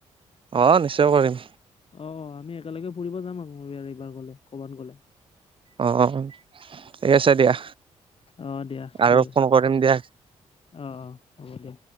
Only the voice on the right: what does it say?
অ', নিশ্চয় কৰিম।
অ', ঠিক আছে দিয়া
আৰু
ফোন কৰিম দিয়া।